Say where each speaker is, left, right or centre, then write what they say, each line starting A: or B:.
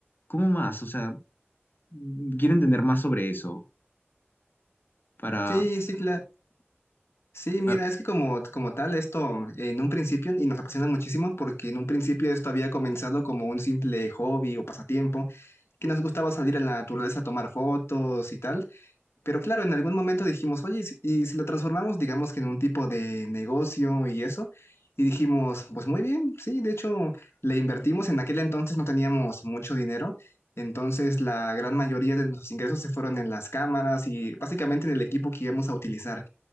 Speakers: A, on the left; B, on the left.
A: cómo más? O sea, mm, quiero entender más sobre eso, para...
B: Sí, sí, claro. Sí, mira,
A: a-
B: es que como, como tal, esto en un principio, y nos apasiona muchísimo, porque en un principio esto había comenzado como un simple hobby o pasatiempo, que nos gustaba salir a la naturaleza a tomar fotos y tal, Pero claro, en algún momento dijimos, oye, y si, y si lo transformamos, digamos que en un tipo de negocio y eso, y dijimos, pues muy bien, sí, de hecho, le invertimos, en aquel entonces no teníamos mucho dinero, entonces la gran mayoría de nuestros ingresos se fueron en las cámaras y básicamente en el equipo que íbamos a utilizar.